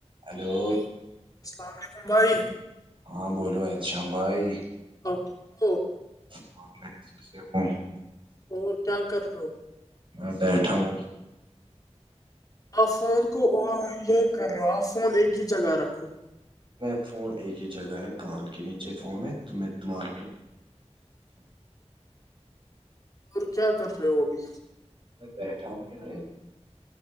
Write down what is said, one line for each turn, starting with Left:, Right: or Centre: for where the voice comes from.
Right: hello
Left: hello السلام علیکم بھائی
Right: ہاں بولو ہے شم بھائی
Left: اوکے
Right: ہاں میں س کو
Left: اور کیا کر دو
Right: میں بیٹھا ہوں
Left: آپ فون کو یہ کر رہے ہو آپ فون ایک ہی جگہ رکھو
Right: میں فون ایک ہی جگہ ہے کان کے نیچے فون ہے تم دمار
Left: اور کیا کر رہے وہ ابھی
Right: میں بیٹھا ہوں گیے